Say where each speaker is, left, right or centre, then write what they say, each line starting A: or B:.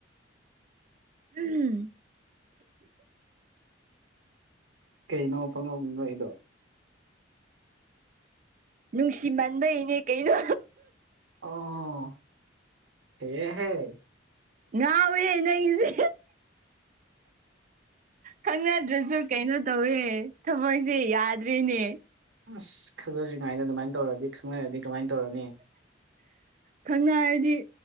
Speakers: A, on the right; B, on the right.
A: ꯎꯝ
B: ꯀꯩꯅꯣ ꯐꯪꯅꯣ ꯅꯣ ꯏꯗꯣ
A: ꯅꯨꯡꯁꯤ ꯃꯟꯕꯩꯅꯦ ꯀꯩꯅꯣ
B: ꯑ ꯍꯦ ꯍꯦ
A: ꯉꯥꯎꯋꯦ ꯅꯪꯁꯦ ꯈꯪꯅꯗ꯭ꯔꯁꯨ ꯀꯩꯅꯣ ꯇꯧꯋꯦ ꯊꯃꯣꯏꯁꯦ ꯌꯥꯗ꯭ꯔꯦꯅꯦ
B: ꯑꯁ ꯈꯪꯅꯗ꯭ꯔꯤꯉꯩꯗ ꯑꯗꯨꯃꯥꯏꯅ ꯇꯧꯔꯗꯤ ꯈꯪꯅꯔꯗꯤ ꯀꯃꯥꯏꯅ ꯇꯧꯔꯅꯤ
A: ꯈꯪꯅꯔꯗꯤ